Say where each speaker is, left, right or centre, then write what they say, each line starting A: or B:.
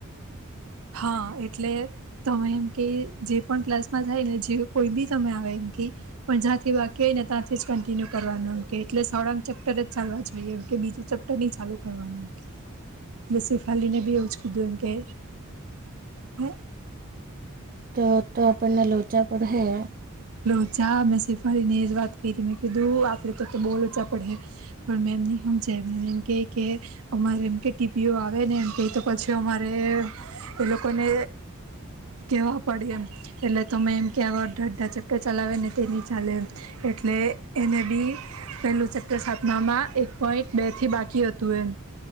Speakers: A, on the right; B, on the right.
A: હા એટલે તમે એમ કે જે પણ ક્લાસમાં થાય ને જે કોઈ બી તમે આવે એમ કે પણ જ્યાંથી વાક્ય હોય ને ત્યાંથી જ કન્ટિન્યુ કરવાનું એમ કે એટલે સોળાંગ ચેપ્ટર જ ચાલવા જોઈએ કે બીજું ચેપ્ટ ની ચાલુ કરવાનું
B: <inaudible>
A: બી સેફાલીને બી એવજ કીધું એમ કે હ
B: તો તો આપણને લોચા પડ હૈ.
A: લો ચા મેં શેફાલી ને વાત કરી મેં કીધું આપણે તો તો બો લોચા પડહે. પર મેમ ની સમજે મેમ એમ કેય કે અમારે એમ કે ટીપીઓ આવે ને એમ કે તો પછી અમારે એ લોકોને કેવા પડે એમ એટલે તમે એમ કેવા અડધા અડધા ચેપ્ટર ચલાવે ને તેની ચાલે. એટલે એને બી પેલું ચેપ્ટર સાતમામાં એક પોઈન્ટ બે થી બાકી હતું એમ.